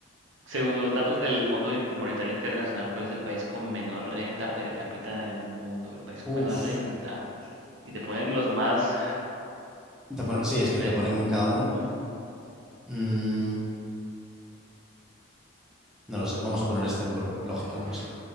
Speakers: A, on the right (about 70°); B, in the centre.
A: Según los datos del Fondo Monetario Internacional, ¿cuál es el país con menor renta per cápita del mundo? El país
B: Uf.
A: con menor renta. Y te ponen los más
B: Te pone- sí, es que
A: rent...
B: te ponen cada uno.
A: Mm,
B: Mm, no lo sé, vamos a poner este por lógica,
A: Uf.
B: no lo sé.